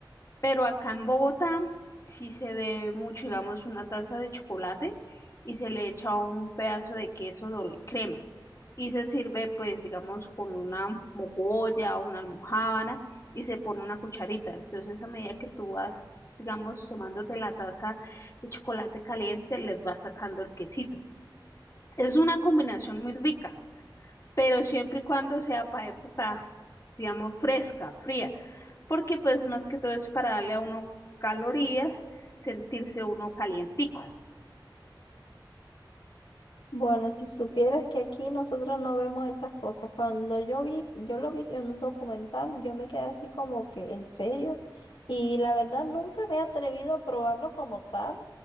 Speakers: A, on the left; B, on the left.
A: Pero acá en Bogotá sí se bebe mucho, digamos, una taza de chocolate y se le echa un pedazo de queso doble crema. Y se sirve, pues, digamos, con una mogolla o una almojábana y se pone una cucharita. Entonces, a medida que tú vas, digamos, tomándote la taza de chocolate caliente, les vas sacando el quesito. Es una combinación muy rica, pero siempre y cuando sea para época, digamos, fresca, fría porque pues más que todo es para darle a uno calorías, sentirse uno calientico.
B: Bueno, si supieras que aquí nosotros no vemos esas cosas. Cuando yo vi, yo lo vi en un documental, yo me quedé así como que, ¿en serio? Y la verdad nunca me he atrevido a probarlo como tal.